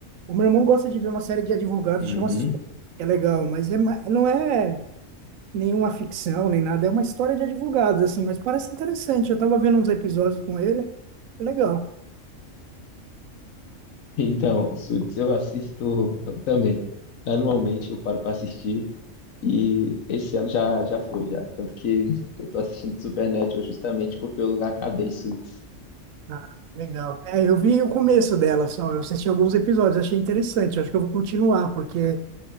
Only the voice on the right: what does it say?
O meu irmão gosta de ver uma série de advogados,
chama... Su-
É legal, mas é, ma- não é nenhuma ficção, nem nada. É uma história de advogados, assim, mas parece interessante. Eu tava vendo uns episódios com ele. É legal.
Ah, legal. É, eu vi o começo dela só, eu assisti alguns episódios, achei interessante. Acho que eu vou continuar, porque